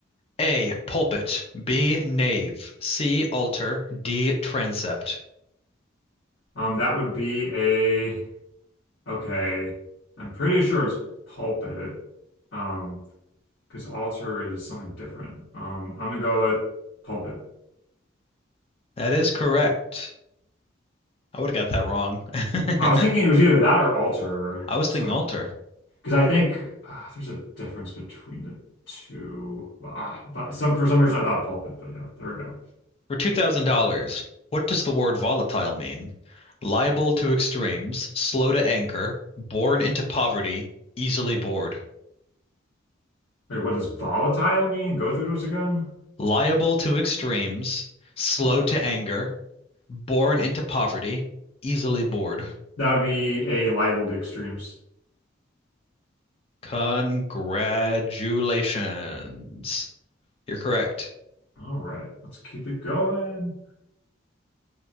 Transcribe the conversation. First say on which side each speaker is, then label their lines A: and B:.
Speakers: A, on the left; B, on the left.
A: A. Pulpit. B. Nave. C. Altar. D. Transept.
B: Um, that would be a okay. I'm pretty sure it's pulpit. Um, because altar is something different. Um, I'm gonna go with pulpit.
A: That is correct. I would have got that wrong. <laughs>
B: I was thinking it was either that or altar.
A: I was
B: So,
A: thinking altar.
B: because I think uh, there's a difference between the two. Well, I- but some for some reason I thought pulpit, but yeah, there we go.
A: For $2,000, what does the word volatile mean? Liable to extremes, slow to anger, born into poverty, easily bored.
B: Wait, what does volatile mean? Go through those again?
A: Liable to extremes, slow
B: Okay.
A: to anger, born into poverty, easily bored.
B: That would be a liable to extremes.
A: Congratulations. You're correct.
B: All right, let's keep it going.